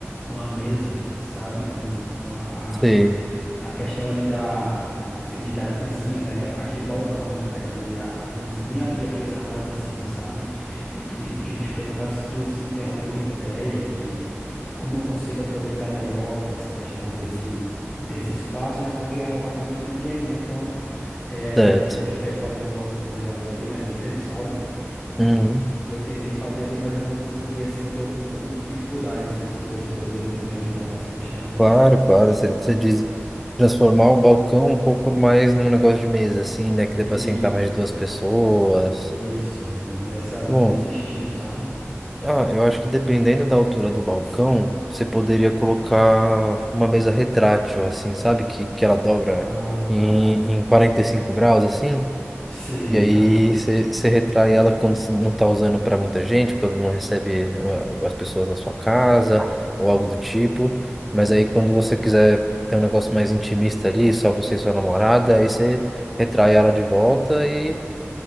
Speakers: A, on the left; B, in the centre.
A: uma mesa, sabe? Um, uma, a-
B: Sei.
A: a questão ali da, como é que se diz, da cozinha, né? Aquela, aquele balcão, né? Pegando ali a, a cozinha e aqueles armários de cima, sabe? Eu queria, queria te perguntar se tu se tem alguma ideia de como eu consigo aproveitar melhor essa questão desse, desse espaço, né? Porque é um apartamento pequeno, né? Então, é,
B: Certo.
A: já, eu já quero fazer os móveis planejados ali, mais ou menos, sabe? E,
B: Uhum.
A: e eu tentei fazer ali, mas eu não consegui, assim, eu tô com um pouco de dificuldade. Não sei se você poderia me ajudar nessa questão.
B: Claro, claro. Você você diz transformar o balcão um pouco mais num negócio de mesa, assim, né? Que dê
A: E,
B: pra sentar mais de duas pessoas.
A: Isso, ne- nessa, nesse
B: Bom,
A: estilo, sabe?
B: ah, eu acho que dependendo da altura do balcão, você poderia colocar uma mesa retrátil, assim, sabe? Que, que ela dobra
A: Ah,
B: em,
A: tá.
B: em 45 graus, assim.
A: Sei.
B: E aí
A: ah,
B: você você retrai ela quando você não está usando para muita gente, quando não recebe uh, as pessoas na sua casa ou algo do tipo. Mas aí quando você quiser ter um negócio mais intimista ali, só você e sua namorada, aí você retrai ela de volta e